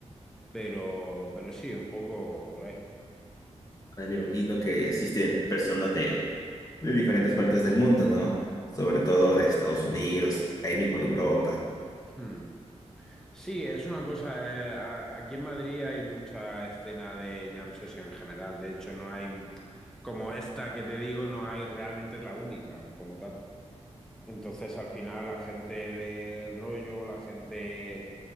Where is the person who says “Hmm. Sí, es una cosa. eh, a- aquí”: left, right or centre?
Centre